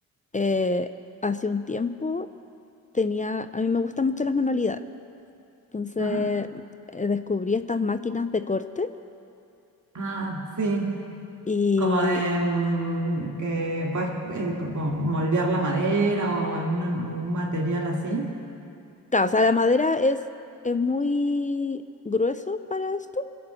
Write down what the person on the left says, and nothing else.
eh, hace un tiempo tenía, a mí me gustan mucho las manualidades, entonces
eh, descubrí estas máquinas de corte
y,
claro, o sea, la madera es, es muy grueso para esto,